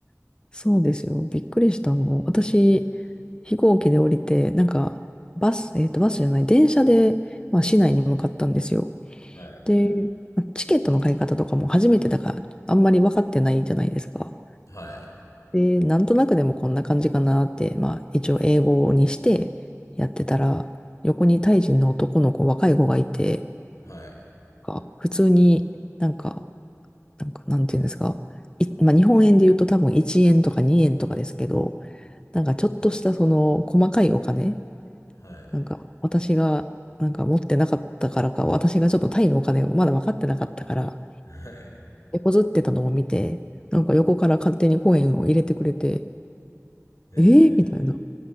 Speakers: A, on the left (about 15°); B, on the left (about 80°).
A: う。そうですよ。びっくりしたもん。私、飛行機で降りて、なんか、バス、えっと、バスじゃない、電車で、まあ、市内に向かったんですよ。
B: はい。
A: で、まあチケットの買い方とかも初めてだから、あんまり分かってないじゃないですか。
B: はい。
A: で、なんとなくでもこんな感じかなって、まあ、一応英語にしてやってたら、横にタイ人の男の子、若い子がいて、
B: はい。
A: が普通になんか、なんか、なんていうんですか。いまあ、日本円で言うと多分1円とか2円とかですけど、なんかちょっとしたその細かいお金、
B: はい。
A: なんか私がなんか持ってなかったからか、私がちょっとタイのお金をまだ分かってなかったから、
B: はい。
A: 手こずってたのを見て、なんか横から勝手にコインを入れてくれて、
B: え
A: えー、みたいな。